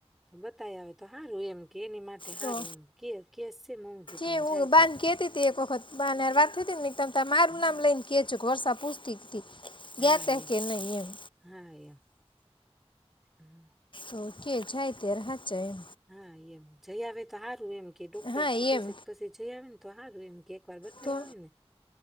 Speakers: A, in the centre; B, on the left.
A: તો બતાય આવે તો હા રું એમ કે એની માટે સારું
B: તો
A: એમ કે કેસ છે મમ્મજી પણ
B: જે હું
A: જાય
B: બાંધ
A: તો થાય
B: કેતી
A: ને
B: ત એક વખત બાને વાત થઈતી ને ત મારું
A: હમ,
B: નામ લઈને કેુ ઘોર સાપૂસતીક થી ગ
A: હા
B: તહે
A: એમ
B: કે નહી એમ
A: હા એમ હમ
B: તો કે જાય ત્યારે હાચુ એમ
A: હા એમ જઈ આવે તો સારું એમ કે ડોક્ટર
B: હા
A: કીધું
B: એમ
A: છે પછી જઈ આવે ને તો હા હમ કે એક વાર બતાય
B: તો
A: આવ ને